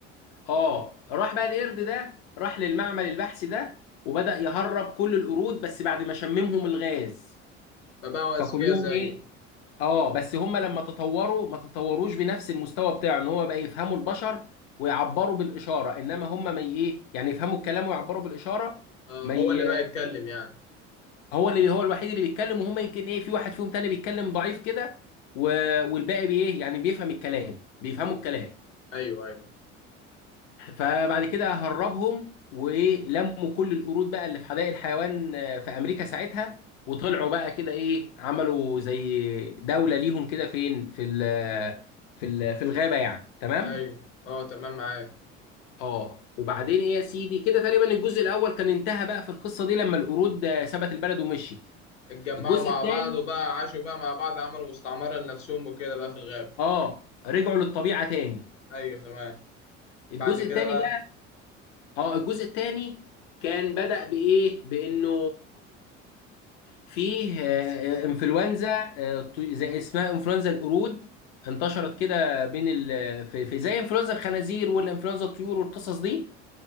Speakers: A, on the left; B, on the left.
A: اه راح بقى القرد ده راح للمعمل البحثي ده وبدأ يهرب كل القرود بس بعد ما شممهم الغاز
B: فبقوا أذكياء
A: فكلهم
B: زيه
A: ايه اه بس هم لما تطوروا ما تطوروش بنفس المستوى بتاعه ان هو بقى يفهموا البشر ويعبروا بالاشاره انما هم ما ي- ايه يعني يفهموا الكلام ويعبروا بالاشاره
B: اه
A: ما
B: هو
A: ي...
B: اللي بقى يتكلم يعني
A: هو اللي هو الوحيد اللي بيتكلم وهم يمكن ايه في واحد فيهم تاني بيتكلم ضعيف كده و... والباقي بايه يعني بيفهم الكلام بيفهموا
B: مم.
A: الكلام
B: ايوه ايوه
A: فبعد كده هربهم ولموا كل القرود بقى اللي في حدائق الحيوان آه، في امريكا ساعتها وطلعوا بقى كده ايه عملوا زي دولة ليهم كده فين في ال في ال في الغابة يعني تمام
B: ايوه اه تمام معايا
A: اه وبعدين ايه يا سيدي كده تقريبا الجزء الاول كان انتهى بقى في القصة دي لما القرود آه، سابت البلد ومشيت
B: اتجمعوا
A: الجزء
B: مع
A: الثاني
B: بعض وبقى عاشوا بقى مع بعض عملوا مستعمرة لنفسهم وكده بقى في الغابة
A: اه رجعوا للطبيعة تاني
B: ايوه تمام
A: الجزء
B: بعد كده
A: الثاني
B: بقى
A: بقى اه الجزء الثاني كان بدأ بإيه بإنه فيه آه، انفلونزا آه، طي- زي اسمها انفلونزا القرود انتشرت كده بين ال في في- زي انفلونزا الخنازير والانفلونزا الطيور والقصص دي